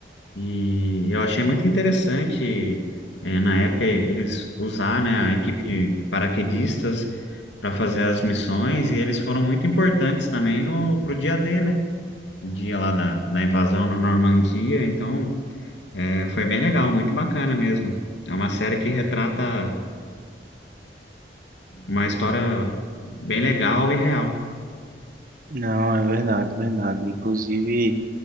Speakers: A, on the left; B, on the right.
A: E eu achei muito interessante, eh, na época, eles usar, né, a equipe de paraquedistas para fazer as missões, e eles foram muito importantes também no, pro dia D, né? O dia lá da, da invasão na Normandia, então eh, foi bem legal, muito bacana mesmo. É uma série que retrata uma história bem legal e real.
B: Não, é verdade, verdade. Inclusive,